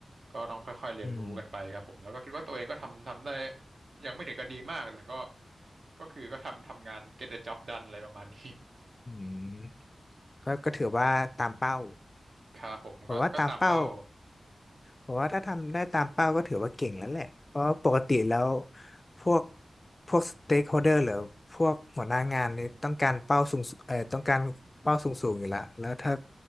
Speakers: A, on the right; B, on the left.
A: ก็ต้องค่อยๆเรียนรู้กันไปครับผมแล้วก็คิดว่าตัวเองก็ทำทำได้
B: อืม
A: ยังไม่ถึงกับดีมากแต่ก็ก็คือก็ทำทำงาน get the job done อะไรประมาณนี้
B: อืมก็ก็ถือว่าตามเป้า
A: <laughs> ครับผมก็ก็ตามเป้า
B: บอกว่าตามเป้า ผมว่าถ้าทำได้ตามเป้าก็ถือว่าเก่งแล้วแหละ เพราะปกติแล้วพวกพวกสเต็กโฮเดอร์หรือพวกหัวหน้างานนี่ต้องการเป้าสูงเอ่อต้องการเป้าสูงสูงอยู่ละแล้วถ้า